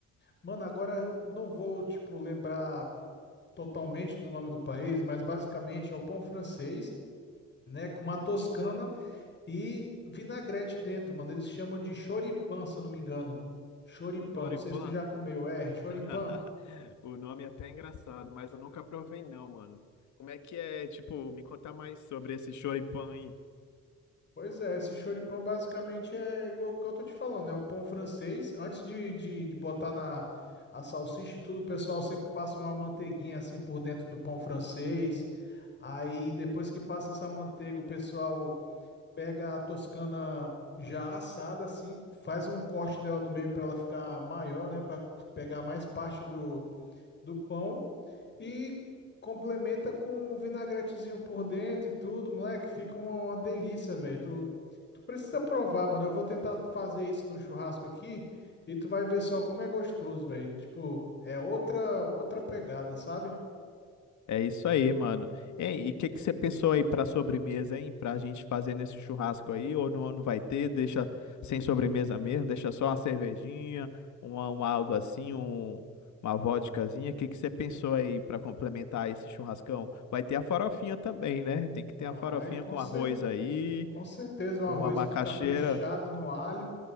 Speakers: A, on the left; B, on the left.
A: Mano, agora não vou, tipo, lembrar totalmente do nome do país, mas basicamente é o pão francês, né? Com uma toscana e vinagrete dentro, mano. Eles chamam de choripan, se eu não me engano. Choripan,
B: Choripan?
A: não sei se tu já comeu, é, choripan.
B: <laughs> O nome é até engraçado, mas eu nunca provei não, mano. Como é que é, tipo, me contar mais sobre esse choripan aí?
A: Pois é, esse choripã basicamente é igual, igual eu tô te falando, é o pão francês. Antes de, de, de botar na a salsicha e tudo, o pessoal sempre passa uma manteiguinha assim por dentro do pão francês. Aí depois que passa essa manteiga, o pessoal pega a toscana já assada assim, faz um corte dela no meio para ela ficar maior, né, para pegar mais parte do do pão e complementa com um vinagretezinho por dentro e tudo, moleque, fica uma, uma delícia, velho. Tu, tu precisa provar, mano. Eu vou tentar fazer isso no churrasco aqui e tu vai ver só como é gostoso, velho. Tipo, é outra outra pegada, sabe?
B: É isso aí, mano. Ei, e o que que você pensou aí pra sobremesa, hein? Pra gente fazer nesse churrasco aí? Ou não, não vai ter? Deixa sem sobremesa mesmo? Deixa só uma cervejinha, uma, uma algo assim, um, uma vodkazinha. O que que você pensou aí pra complementar esse churrascão? Vai ter a farofinha também, né? Tem que ter
A: Vai,
B: a farofinha
A: com
B: com
A: certeza.
B: arroz aí,
A: Com certeza, um arroz
B: uma macaxeira.
A: caprichado no alho.